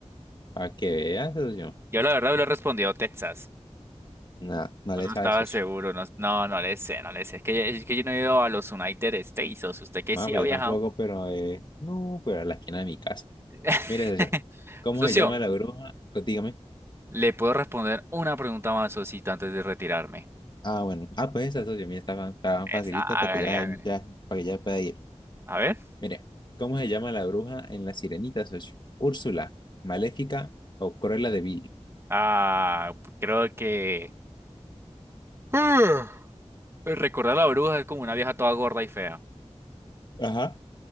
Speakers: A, on the left; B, on the right.
A: para que veas, socio.
B: Yo la verdad le he respondido Texas.
A: Nada, no
B: pero
A: le
B: No
A: sabe,
B: estaba
A: socio.
B: seguro, no, no, no le sé, no le sé. Es que, yo- es que yo no he ido a los United States, o sea, usted que
A: No,
B: sí
A: pues
B: ha viajado.
A: yo tampoco, pero eh, no, pero a la esquina de mi casa.
B: <laughs>
A: Mire, socio. ¿Cómo
B: Socio,
A: se llama la bruja? Pues, dígame.
B: le puedo responder una pregunta más, Sosito, antes de retirarme.
A: Ah, bueno. Ah, pues esa, socio. Mira, está tan
B: Esa,
A: facilita
B: hágale,
A: para que ya,
B: hágale.
A: ya, para que ya pueda ir.
B: A ver.
A: Mire, ¿cómo se llama la bruja en la sirenita, socio? ¿Úrsula, Maléfica o Cruella de Vil?
B: Ah, creo que. Ah, Recordar a la bruja es como una vieja toda gorda y fea.
A: Ajá.